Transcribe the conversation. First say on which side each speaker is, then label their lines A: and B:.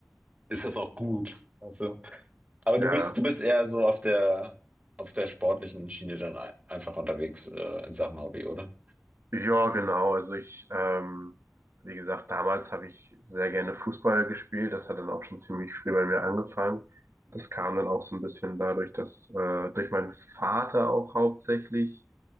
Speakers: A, on the right; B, on the right.
A: ist das auch gut, weißt du? Aber du
B: ja.
A: bist, du bist eher so auf der, auf der sportlichen Schiene dann ein, einfach unterwegs, äh, in Sachen Hobby, oder?
B: Ja, genau. Also ich, ähm, wie gesagt, damals habe ich sehr gerne Fußball gespielt. Das hat dann auch schon ziemlich früh bei mir angefangen. Das kam dann auch so ein bisschen dadurch, dass äh, durch meinen Vater auch hauptsächlich,